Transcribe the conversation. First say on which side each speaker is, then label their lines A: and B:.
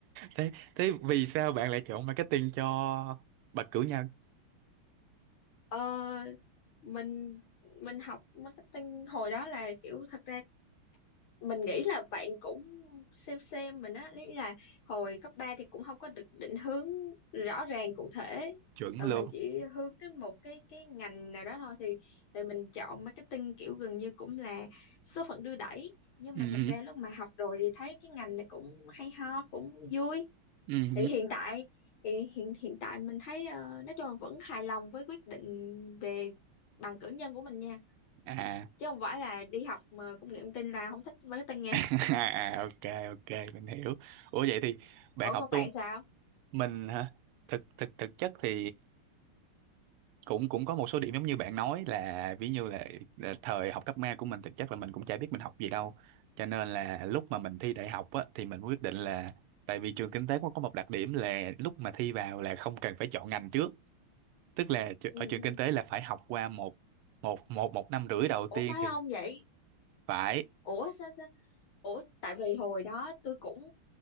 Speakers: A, on the right (about 85°); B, on the left (about 70°).
A: thế thế vì sao bạn lại chọn marketing cho bậc cử nhân
B: Ờ, mình mình học marketing hồi đó là kiểu thật ra mình nghĩ là bạn cũng xem xem mình á lý là hồi cấp 3 thì cũng không có được định hướng rõ ràng cụ thể
A: chuẩn
B: rồi
A: luôn
B: mình chỉ hướng đến một cái cái ngành nào đó thôi thì, thì mình chọn marketing kiểu gần như cũng là số phận đưa đẩy nhưng
A: ừ
B: mà thật ra lúc mà học rồi thì thấy cái ngành này cũng hay ho cũng vui
A: ừ
B: thì hiện tại thì hiện hiện tại mình thấy ờ, nói chung là vẫn hài lòng với quyết định về bằng cử nhân của mình nha
A: à
B: chứ không phải là đi học mà công nghệ thông tin là không thích marketing
A: <laughs> à ok ok mình hiểu ủa vậy thì bạn
B: Ủa
A: học
B: còn bạn
A: tu
B: sao?
A: mình hả thực thực thực chất thì cũng cũng có một số điểm giống như bạn nói là ví như là, là thời học cấp ba của mình thực chất là mình cũng chả biết mình học gì đâu cho nên là lúc mà mình thi đại học á, thì mình quyết định là tại vì trường kinh tế cũng có một đặc điểm là lúc mà thi vào là không cần phải chọn ngành trước tức là tr-
B: ừ
A: ở trường
B: ừ.
A: kinh tế là phải học qua một một một một năm rưỡi đầu tiên
B: Ủa phải
A: thì
B: không vậy?
A: phải
B: Ủa sao sao? Ủa tại vì hồi đó tôi cũng